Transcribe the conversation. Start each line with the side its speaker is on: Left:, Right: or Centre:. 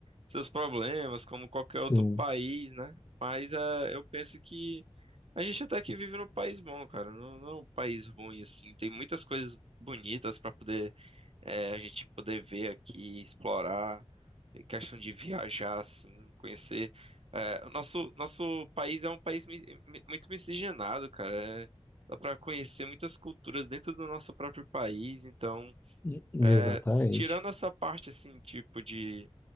Right: seus problemas, como qualquer
Left: sim,
Right: outro país, né? Mas é, eu penso que a gente até que vive num país bom, cara. Não, não é um país ruim, assim. Tem muitas coisas bonitas pra poder é, a gente poder ver aqui, explorar, é questão de viajar, assim, conhecer. É, o nosso, nosso país é um país mi- mi- muito miscigenado, cara. É, dá para conhecer muitas culturas dentro do nosso próprio país. Então,
Left: e- exatamente.
Right: é, s- tirando essa parte, assim, tipo de